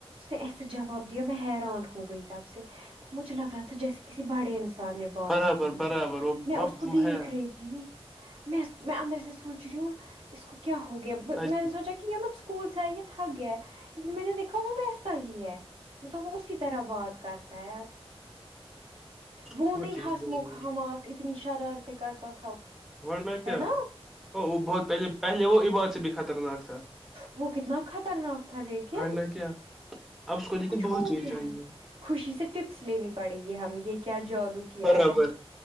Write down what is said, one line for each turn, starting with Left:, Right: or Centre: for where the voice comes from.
Right: ایسا جواب دیا میں حیران ہو گئی تب سے مجھے لگ رہا تھا جیسے کسی بڑے انسان نے بات
Centre: برابر
Right: کی ہوں
Centre: برابر وہ
Right: میں اس
Centre: مب
Right: کو
Centre: وہ
Right: دیکھ
Centre: ہے
Right: رہی تھی میں میں اندر سے سوچ رہی ہوں اس کو کیا ہو گیا
Centre: سچ،
Right: میں نے سوچا کہ یہ کول س تھک گیا ہے لیکن میں نے دیکھا وہس صحیح ہے مطلب وہ اسی طرح بات کرتا ہے اب وہون
Centre: بہت چینج
Right: ہسمکھ
Centre: آئی ہے
Right: حماس اتنی شرارتی کرتا <unintelligible>
Centre: ورنہ کیا
Right: ہے نا
Centre: وہ بہت پہلے پہلے وہ ای بات سے بھی خطرناک تھا
Right: وہ کتنا خطرناک تھا لیکن
Centre: ورنہ کیا اب
Right: اس کو
Centre: لیکن
Right: کچھ
Centre: بہت
Right: ہو
Centre: چینج
Right: گیا
Centre: آئی
Right: ہے خوشی سے ٹپس لینی پڑے گی ہم یہ کیا جادو کیا
Centre: برابر
Right: ہے